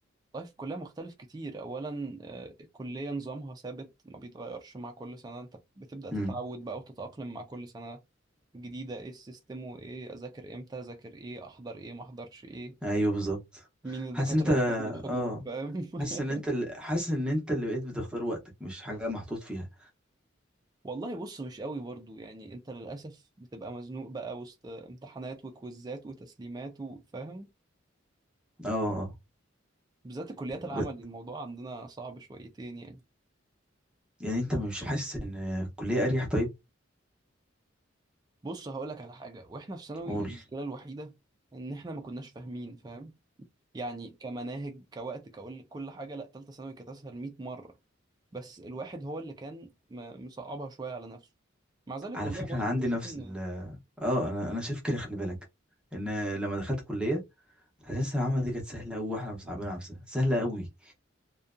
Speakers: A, on the right (about 20°); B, in the centre.
A: طيب في الكليه مختلف كتير اولا آه، الكليه نظامها ثابت ما بيتغيرش مع كل سنه انت بتبدا تتعود
B: امم
A: بقى وتتاقلم مع كل سنه جديده ايه السيستم وايه اذاكر امتى اذاكر ايه احضر ايه ما احضرش ايه
B: ايوه بالظبط
A: مين الدكاتره
B: حاسس ان انت
A: اللي بتاخد الحضور
B: اه
A: فاهم <laughs>
B: حاسس ان انت اللي... حاسس ان انت اللي بقيت بتختار وقتك مش حاجه محطوط فيها
A: والله بص مش قوي برضو يعني انت للاسف بتبقى مزنوق بقى وسط امتحانات وكويزات وتسليمات وفاهم
B: اه آه،
A: بالذات الكليات
B: ب...
A: العمل الموضوع عندنا صعب شويتين يعني
B: يعني انت مش حاسس ان الكليه اريح طيب
A: بص هقولك على حاجه واحنا في ثانوي
B: قول
A: المشكله الوحيده ان احنا ما كناش فاهمين فاهم يعني كمناهج كوقت كقول كل حاجه لا تالتة ثانوي كانت اسهل 100 مره بس الواحد هو اللي كان م- مصعبها شويه على نفسه مع ذلك
B: على
A: والله
B: فكرة
A: برضو
B: أنا عندي
A: بشوف
B: نفس
A: ان
B: ال اه أنا أنا شايف كده خلي بالك إن لما دخلت كلية حاسس العمل دي كانت سهلة أوي وإحنا مصعبين على نفسنا سهلة أوي